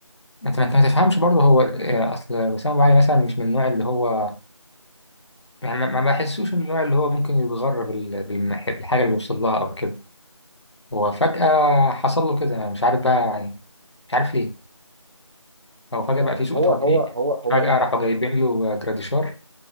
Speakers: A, on the left; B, on the right.
A: انت ما انت ما تفهمش برضه هو آه، اصل وسام ابو علي مثلا مش من النوع اللي هو يعني ما ما بحسوش من النوع اللي هو ممكن يتغرب بالحاجه اللي وصل لها او كده هو فجأة حصل له كده أنا مش عارف بقى يعني مش عارف ليه هو فجأة
B: آه،
A: بقى في سوء
B: هو
A: توفيق
B: هو هو هو
A: فجأة
B: لا
A: راحوا جايبين له جراديشار